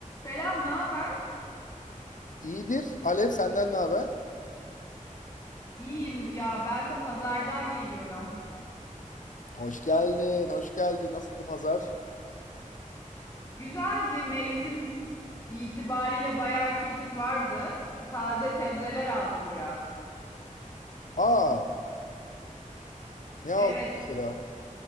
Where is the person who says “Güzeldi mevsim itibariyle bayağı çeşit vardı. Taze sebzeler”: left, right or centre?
Left